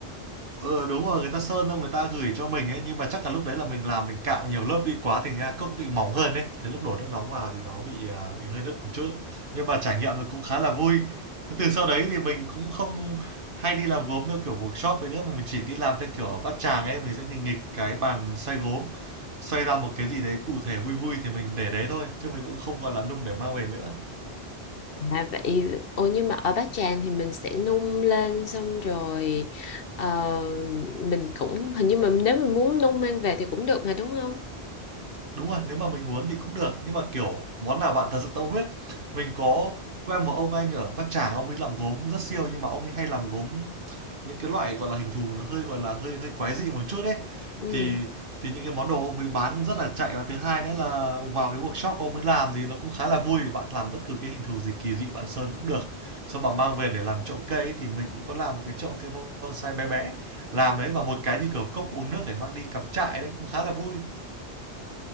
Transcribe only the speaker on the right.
Ừ, đúng rồi, người ta sơn đâu người ta gửi cho mình ấy, nhưng mà chắc là lúc đấy là mình làm mình cạo nhiều lớp đi quá thành ra cốc nó bị mỏng hơn ấy. Thế lúc đổ nước nóng vào thì nó bị à, bị hơi đứt một chút. Nhưng mà trải nghiệm thì cũng khá là vui. Thế từ sau đấy thì mình cũng không hay đi làm gốm theo kiểu workshop ấy nữa mà mình chỉ đi làm theo kiểu ở bát tràng ấy, mình sẽ nghịch nghịch cái bàn xoay gốm, xoay ra một cái gì đấy cụ thể vui vui thì mình để đấy thôi, chứ mình cũng không còn là nung để mang về nữa.
Đúng rồi, nếu mà mình muốn thì cũng được, nhưng mà, kiểu, món nào bạn thật sự tâm huyết. Mình có quen một ông anh ở Bát Tràng, ông ấy làm gốm cũng rất siêu, nhưng mà ông ấy hay làm gốm những cái loại, gọi là, hình thù nó hơi, gọi là, hơi hơi quái dị một chút ấy.
Thì thì những cái món đồ ông ấy bán cũng rất là chạy, và thứ hai nữa là vào cái workshop ông ấy làm thì nó cũng khá là vui, bạn làm bất cứ cái hình thù gì kỳ dị bạn sơn cũng được. Xong bạn mang về để làm chậu cây ấy, thì mình cũng có làm một cái chậu cây bonsai bé bé, làm đấy và một cái như kiểu cốc uống nước để mang đi cắm trại đấy, cũng khá là vui.